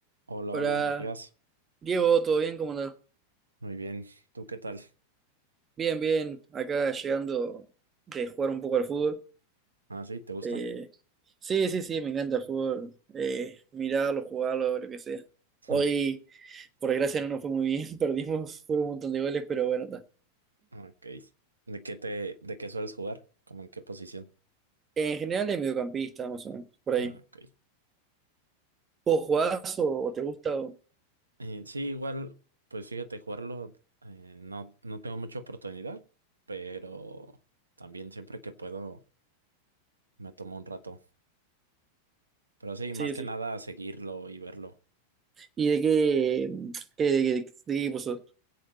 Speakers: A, on the right; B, on the right.
A: Hola,
B: Hola,
A: hola Matías.
B: Diego, ¿todo bien? ¿Cómo andás?
A: Muy bien. ¿Tú qué tal?
B: Bien, bien, acá llegando de jugar un poco al fútbol.
A: Ah, sí, ¿te gusta?
B: Eh, sí, sí, sí, me encanta el fútbol. Eh, mirarlo, jugarlo, lo que sea.
A: <laughs>
B: Hoy, por desgracia, no nos fue muy bien, <laughs> perdimos, fueron un montón de goles, pero bueno, está.
A: Ok. ¿De qué te, de qué sueles jugar? ¿Cómo en qué posición?
B: En general es mediocampista, más o menos, por ahí.
A: Ah, ok.
B: ¿Vos jugás o, o te gusta? o-
A: Eh, sí, igual, pues fíjate, jugarlo eh, no, no tengo mucha oportunidad, pero también siempre que puedo me tomo un rato. Pero sí, más
B: Sí,
A: que
B: sí.
A: nada seguirlo y verlo.
B: ¿Y de qué, qué- de, qué de qué equipo sos?